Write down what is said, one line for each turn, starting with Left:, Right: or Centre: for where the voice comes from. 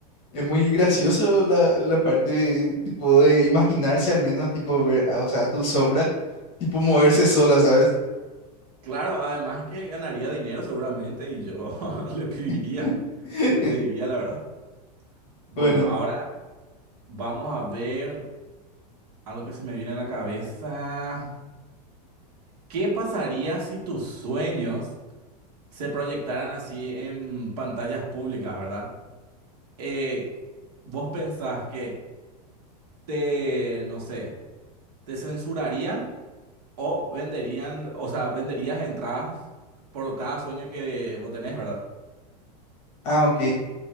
Left: es muy gracioso la, la parte de, tipo, de imaginarse al menos, tipo, ver, a- o sea, tu sombra, tipo, moverse sola, ¿sabes?
Right: Claro, además que ganaría dinero seguramente y yo <laughs> le pediría,
Left: <laughs>
Right: le pediría, la verdad. Bueno,
Left: Bueno,
Right: ahora vamos a ver algo que se me viene a la cabeza. ¿Qué pasaría si tus sueños se proyectaran así en pantallas públicas, verdad? Eh, ¿vos pensás que... te, no sé, te censurarían o venderían, o sea, venderías entradas por cada sueño que vos tenés, ¿verdad?
Left: ah, ok.